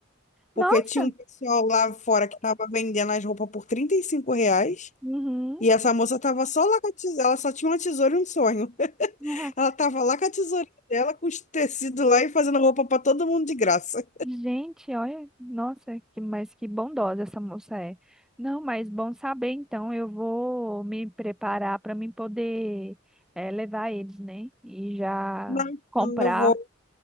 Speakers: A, on the left; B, in the centre.
A: Porque
B: Nossa.
A: tinha um pessoal lá fora que tava vendendo as roupas por 35 reais
B: Uhum.
A: e essa moça tava só lá com a tesoura, ela só tinha uma tesoura e um sonho. <laughs>
B: <laughs>
A: Ela tava lá com a tesoura dela, com os tecidos lá e fazendo roupa pra todo mundo de graça.
B: Gente, olha, nossa, que, mas que bondosa essa moça é. Não, mas bom saber, então eu vou me preparar para mim poder eh, levar eles, né? E já
A: Não, então
B: comprar,
A: eu vou.